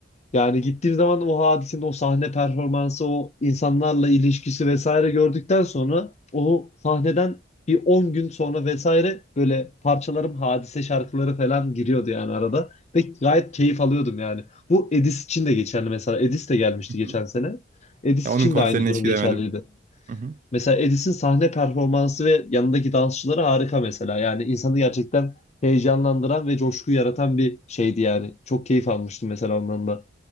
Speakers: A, on the left (about 35°); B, on the right (about 40°).
A: Yani gittiğim zaman o hadisenin o sahne performansı, o insanlarla ilişkisi vesaire gördükten sonra o sahneden bir 10 gün sonra vesaire böyle parçalarım hadise şarkıları falan giriyordu yani arada. Ve gayet keyif alıyordum yani. Bu Edis için de geçerli mesela. Edis de gelmişti
B: Hı
A: geçen
B: hı.
A: sene. Edis
B: Ya onun
A: için
B: konserine
A: de aynı durum
B: hiç
A: geçerliydi.
B: gidemedim. Hı hı.
A: Mesela Edis'in sahne performansı ve yanındaki dansçıları harika mesela. Yani insanı gerçekten heyecanlandıran ve coşku yaratan bir şeydi yani. Çok keyif almıştım mesela ondan da.